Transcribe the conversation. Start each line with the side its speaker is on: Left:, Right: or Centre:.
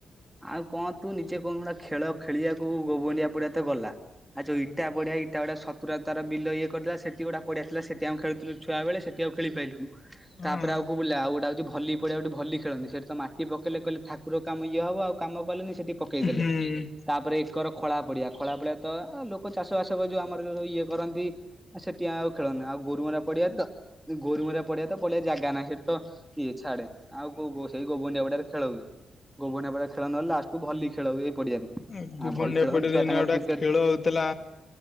Centre: ଆଉ କଣ ତୁ ନିଜେ କଉନୁ ଗୁଟା ଖେଳ ଖେଳିବାକୁ ଗୋବଣ୍ଡିଆ ପଡିଆ ତ ଗଲା। ଆଉ ଯୋଉ ଇଟା ବଢିଆ ଇଟା ଗୁଡା ସତ। ପୁରା ତାର ବିଲ ଇଏ କରିଦେଲା ସେଠି ଗୁଟା ପଡିଆଥିଲା ସେଠି ଆମେ ଖେଳୁଥିଲୁ ଛୁଆବେଳେ ସେଠି ଆଉ ଖେଳି ପାଇଲୁନୁ।
Left: ହଁ
Centre: ତାପରେ ଆଉ କୋଉ ବୁଲିଆ ଆଉ ଗୋଟା ହଉଛି ଭଲି ପଡିଆ ଯୋଉଠି ଭଲି ଖେଳନ୍ତି ସେଠି ତ ମାଟି ପକେଇଲେ କହିଲେ। ଠାକୁର କାମ ଇଏ ହବ ଆଉ କାମ କଲେନି ସେଠି ପକେଇଦେଲେ।
Left: ହୁଁ
Centre: ତାପରେ ଏକର ଖଳା ପଡିଆ ଖଳା ପଡିଆ ତ ଲୋକ ଚାଷ ବାସ ଯୋଉ ଆମର ଯୋଉ ଇଏ କରନ୍ତି। ଆଉ ସେଠି ଆଉ ଖେଳୁନୁ ଆଉ ଗୋରୁମରା ପଡିଆ ତ ଗୋରୁମରା ପଡିଆ ତ ପଡିଆ ଜାଗା ନାହିଁ ସେଠି ତ କିଏ ଛାଡେ ଆଉ କୋ କଉ ସେଇ ଗୋବୁଣ୍ଡିଆ ପଡିଆରେ ଖେଳ ହୁଏ। ଗୋବଣ୍ଡିଆ ପଡିଆରେ ଖେଳ ନହେଲେ ଲଷ୍ଟକୁ ଭଲି ଖେଳହୁଏ ଏଇ ପଡିଆରେ।
Left: ହୁଁ ଗୋବୁଣ୍ଡିଆ
Centre: ଆ ଭଲି ଖେଳ
Left: ପଡିଆରେ
Centre: ଛୁଆ
Left: ଏଇନା
Centre: ତାଙ୍କର
Left: ଗୋଟା
Centre: କ୍ରିକେଟ
Left: ଖେଳ ହଉଥିଲା।